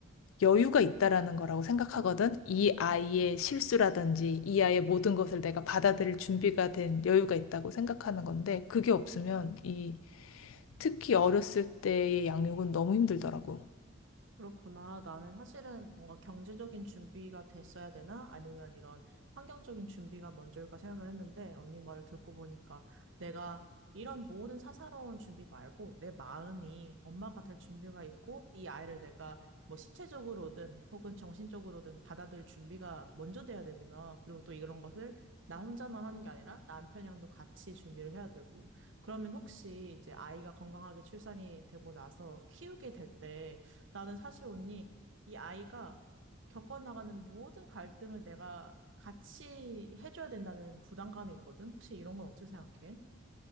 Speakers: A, on the left; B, on the right.
A: 여유가 있다라는 거라고 생각하거든. 이 아이의 실수라든지 이 아이의 모든 것을 내가 받아들일 준비가 된 여유가 있다고 생각하는 건데 그게 없으면 이 특히 어렸을 때의 양육은 너무 힘들더라고.
B: 그렇구나. 나는 사실은 뭔가 경제적인 준비가 됐어야 되나? 아니면 이런 환경적인 준비가 먼저일까 생각을 했는데, 언니 말을 듣고 보니까 내가 이런 모든 사사로운 준비 말고 내 마음이 엄마가 될 준비가 있고, 이 아이를 내가 뭐 신체적으로든 혹은 정신적으로든 받아들일 준비가 먼저 돼야 되구나. 그리고 또 이런 것을 나 혼자만 하는 게 아니라 남편이랑도 같이 준비를 해야 되고. 그러면 혹시 이제 아이가 건강하게 출산이 되고 나서 키우게 될때 나는 사실 언니, 이 아이가 겪어나가는 모든 갈등을 내가 같이 해줘야 된다는 부담감이 있거든? 혹시 이런 건 어떻게 생각해?